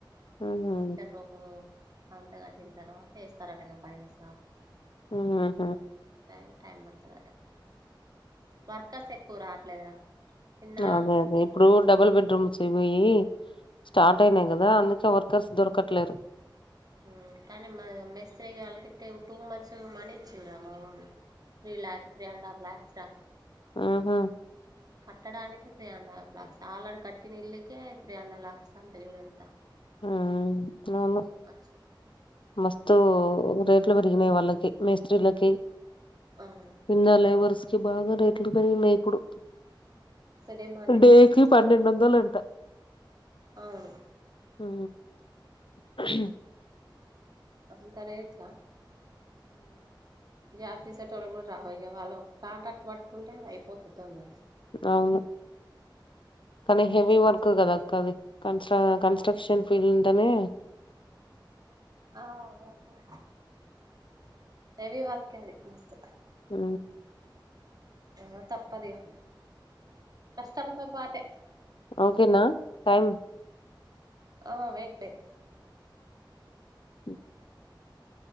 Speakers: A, on the left; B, on the right.
A: ఉహు
B: కిచెన్ రూము అంత కట్టిన తర్వాత ఏస్తారట ఇగ పైన స్లాప్
A: ఊహు
B: టైమ్ టైమ్ పడ్తాదట వర్కర్స్ ఎక్కువ రావట్లేదురా నిన్న
A: ఆదాదే ఇప్పుడు డబుల్ బెడ్రూమ్స్ అయిపోయి స్టార్ట్ అయినాయి కదా అందుకే వర్కర్స్ దొరకట్లేరు
B: ఊ కానీ మా మేస్త్రీ గాళ్లకి టే టూ మచ్ మనీ ఇచ్చిండ్రు అమ్మ వాళ్ళు three lakhs three and half lakhs రా
A: ఆహా
B: కట్టడానికి three and half lakhs already కట్టిన ఇళ్లకే త్రీ అండ్ హాఫ్ లాక్స్ అంటే చూడు ఎంత
A: ఊ నేను
B: టూ మచ్
A: మస్తు రేట్లు పెరిగినాయి వాళ్ళకి మేస్త్రీలకి
B: అవును
A: ఇంగా లేబర్స్ కి బాగా రేట్లు పెరిగినయి ఇప్పుడు
B: డిమాండ్ ఎక్కువైతది
A: డేకి పన్నెండొందలు అంట
B: అవును
A: ఊ <unintelligible>
B: అంత రేట్లా జాబ్ చేసే టోల్లు కూడా రారు ఇగ వాళ్ళు కాంట్రాక్టు వట్టుకుంటే అయిపోతది తొందరనే
A: అవును కానీ
B: సిక్స్
A: హెవీ
B: మంత్స్
A: వర్క్ కదక్క అది కన్స్టా కన్స్ట్రక్షన్ ఫీల్డ్ అనే
B: ఆ బావున్నా హెవీ వర్క్ ఇది మస్తు
A: ఊ
B: ఇంగ తప్పదిగా కష్టంతో పాటే
A: ఓకేనా టైం
B: ఆ వెయిట్ వెయిట్
A: ఉ